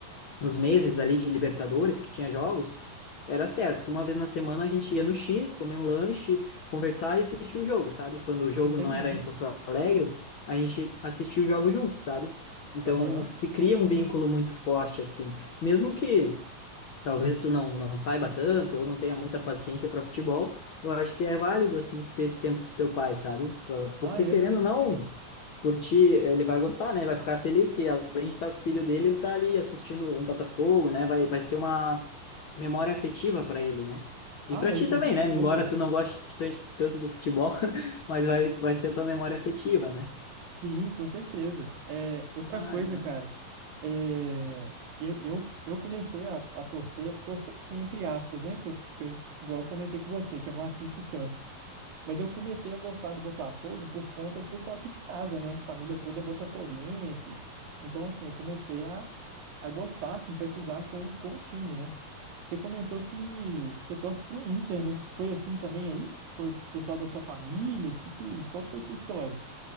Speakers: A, on the left; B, on the right.
A: nos meses ali de Libertadores, que tinha jogos, era certo que uma vez na semana a gente ia no X, comer um lanche, conversar e assistir o jogo, sabe? Quando o jogo
B: entendi.
A: não era em Porto Alegre, a gente assistia o jogo juntos, sabe? Então
B: Aham.
A: se cria um vínculo muito forte assim, mesmo que talvez tu não não saiba tanto ou não tenha muita paciência para futebol, eu acho que é válido assim tu ter esse tempo com teu pai, sabe? Por- Porque
B: Ah, é.
A: querendo ou não, curtir, ele vai gostar, né? Vai ficar feliz que além de estar com o filho dele, ele tá ali assistindo um Botafogo, né? Vai, vai ser uma memória afetiva para ele, né?
B: Ah,
A: E para
B: é,
A: ti
B: com
A: também,
B: certeza.
A: né? Embora tu não goste tanto, tanto do futebol, <laughs> mas vai, vai ser a tua memória afetiva, né?
B: Sim, com certeza. É, outra
A: Ai,
B: coisa,
A: mas...
B: cara, é, eu, eu, eu comecei a, a torcer, torcer sim, entre aspas, né? Que eu, que eu, igual eu comentei com você, que eu não assisto tanto. Mas eu comecei a gostar do Botafogo por conta do pessoal aqui de casa, né? A família toda é botafoguense. Então, assim, eu comecei a, a gostar, a simpatizar com, com o time, né? Você comentou que você torce pro Inter, né? Foi assim também aí? Foi o pessoal da sua família? Que, que, qual que foi a sua história?